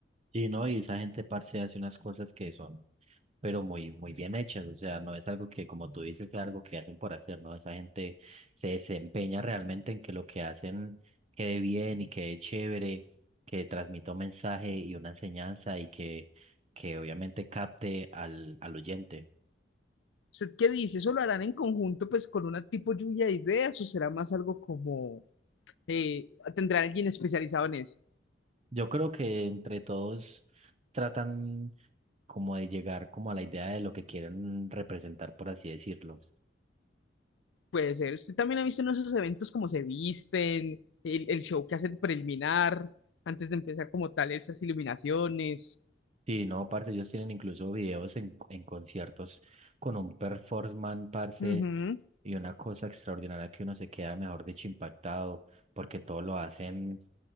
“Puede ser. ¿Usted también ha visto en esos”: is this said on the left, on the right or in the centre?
Left